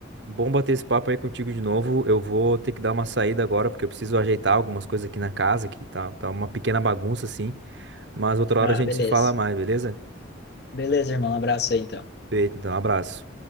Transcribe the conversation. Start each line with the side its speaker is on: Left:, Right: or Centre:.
Right: bom bater esse papo aí contigo de novo. Eu vou ter que dar uma saída agora, porque eu preciso ajeitar algumas coisas aqui na casa, que tá, tá uma pequena bagunça, assim. Mas outra hora
Left: Ah,
Right: a gente
Left: beleza.
Right: se fala mais, beleza?
Left: Beleza, irmão. Um abraço aí, então.
Right: Feito, então, abraço.